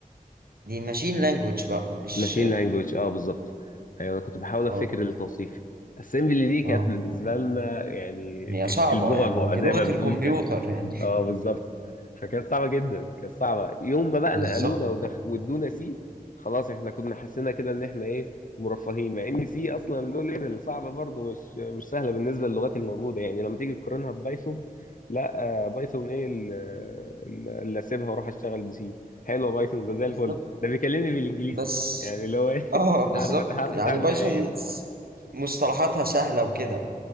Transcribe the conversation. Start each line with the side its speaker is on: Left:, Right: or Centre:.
Right: دي ماشين لانجوج بقى مش
Left: ماشين لانجوج اه بالظبط أيوة أنا كنت بحاول أفتكر
Right: اه
Left: التوصيف أسمبلي دي كانت
Right: اه
Left: بالنسبة لنا يعني
Right: هي صعبة
Left: البعبع
Right: يعني دي
Left: زي
Right: لغة
Left: ما بنقول
Right: الكمبيوتر
Left: كده
Right: يعني
Left: اه بالظبط فكانت صعبه جدا كانت صعبه يوم ما بقى
Right: <laughs> بالظبط
Left: نقلونا ودخ... وادونا سي خلاص احنا كنا حسينا كده ان احنا ايه مرفهين مع ان سي اصلا له ليفل صعبه برضه مش مش سهله بالنسبه للغات الموجوده يعني لما تيجي تقارنها ببايثون لا آه، بايثون ايه ال- ال- اللي اسيبها واروح اشتغل بسي حلوه بايثون ده زي
Right: بالظبط
Left: الفل ده بيكلمني بالانجليزي
Right: بس
Left: يعني اللي هو ايه <laughs>
Right: اه بالظبط
Left: عارف أت- عارف
Right: يعني
Left: اتعامل
Right: بايثون
Left: معاه يعني.
Right: س- مصطلحاتها سهلة وكده